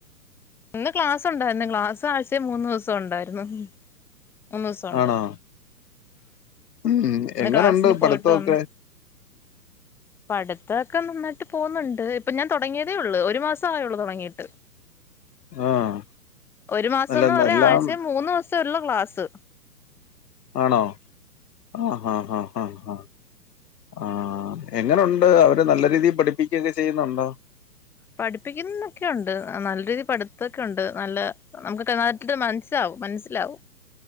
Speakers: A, in the centre; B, on the left.
A: ഇന്ന് ക്ലാസ് ഉണ്ടായിരുന്നു ക്ലാസ് ആഴ്ച മൂന്ന് ദിവസം ഉണ്ടായിരുന്നു മൂന്ന് ദിവസമുണ്ട്
B: ആണോ ഉം
A: ന്ന്
B: എങ്ങനുണ്ട്
A: ക്ലാസ്സിന് പോയിട്ട്
B: പഠിത്തമൊക്കെ
A: വന്ന് പഠിത്തൊക്കെ നന്നായിട്ട് പോവുന്നുണ്ട് ഇപ്പൊ ഞാൻ തൊടങ്ങിയതേ ഉള്ളൂ ഒരു മാസം ആയുള്ളൂ തൊടങ്ങീട്ട്
B: ആഹ്
A: ഒരു മാസംന്ന്
B: അല്ല
A: പറയാ
B: എല്ലാം
A: ആഴ്ചേ മൂന്നൂസ് ള്ളു ക്ലാസ്
B: ആണോ ആഹ് ആഹ് ആഹ് ആഹ് ഹ ആഹ് എങ്ങനുണ്ട് അവര് നല്ല രീതിൽ പഠിപ്പിക്കൊക്കെ ചെയ്യുന്നുണ്ടോ
A: പഠിപ്പിക്കുന്നൊക്കെയുണ്ട് നല്ല രീതിൽ പഠിത്ത ണ്ട് നല്ല നമുക്കൊക്കെ മറ്റത് മനസിലാവും മനസ്സിലാവും